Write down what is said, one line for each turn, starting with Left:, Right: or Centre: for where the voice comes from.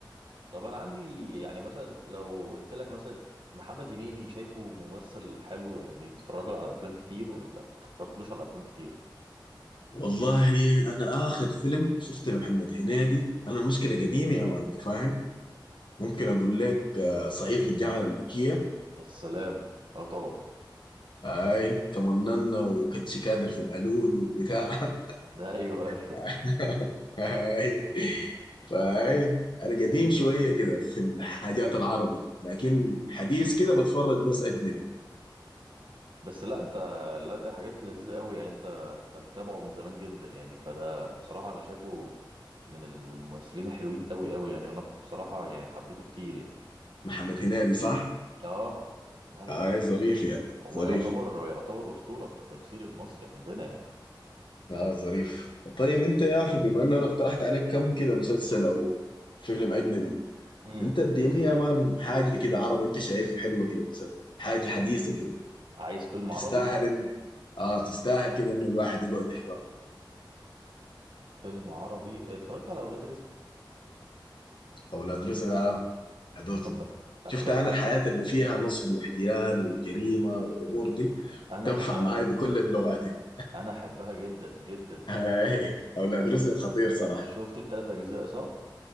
Right: طب انا عندي يعني مثلا لو قلت لك مثلا محمد هنيدي شايفه ممثل حلو يعني اتفرج له على افلام كتير ولا اتفرجتلوش على افلام كتير
Left: والله انا اخر فيلم شفته لمحمد هنيدي انا المشكله قديم يا مان انت فاهم ممكن اقول لك آه، صعيدي في الجامعه الامريكيه
Right: السلام اه طبعا
Left: اي كمننا وكتش كادر في القالول وبتاع
Right: ده ايوه ايوه
Left: <laughs> اي فاي انا قديم شويه كده في الحاجات العربي لكن حديث كده بتفرج بس اجنبي
Right: بس لا انت لا دي حاجات لذيذة قوي يعني انت انت متابعه من زمان جدا يعني فده بصراحة انا شايفه من الممثلين الحلوين قوي قوي يعني انا بصراحة يعني حبيته كتير يعني
Left: محمد هنيدي صح
Right: اه لا لا
Left: اي ظريف يا مان
Right: هو
Left: ظريف
Right: يعتبر يعتبر أسطورة في التمثيل المصري عندنا يعني
Left: اه ظريف طيب انت يا اخي بما انه انا اقترحت عليك كم كده مسلسل او فيلم اجنبي
Right: امم
Left: انت اديني يا مان حاجه كده عربي انت شايفها حلوه كده مثلا حاجه حديثه كده
Right: عايز فيلم
Left: تستاهل
Right: عربي
Left: انه اه تستاهل كده انه الواحد يقعد يحضر
Right: فيلم عربي اتفرجت على اولاد رزق
Left: اولاد رزق اه حضرته
Right: اتفرجت اتفرجت-
Left: شفت انا
Right: اتفرجت-
Left: الحياة اللي فيها نصب واحتيال وجريمة والامور دي
Right: انا
Left: تنفع
Right: احبها
Left: معاي بكل اللغات يعني
Right: انا احبها جدا جدا
Left: <laughs> هاي اولاد
Right: انت شفت
Left: رزق خطير صراحة
Right: شفت التلات اجزاء صح